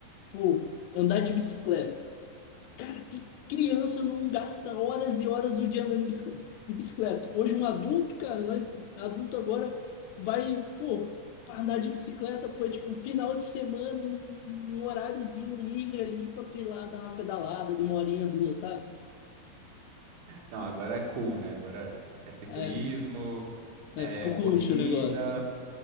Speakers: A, on the left; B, on the right.
A: pô, andar de bicicleta. Pra que criança não gasta horas e horas do dia andando de bicicl- de bicicleta? Hoje um adulto, cara, nós adulto agora vai, pô, pra andar de bicicleta, pô, é tipo final de semana, um, um horáriozinho livre ali pra tu ir lá dar uma pedalada de uma horinha, duas, sabe?
B: Não, agora é cool, né? Agora é ciclismo,
A: É, é,
B: é
A: ficou
B: corrida.
A: cult o negócio.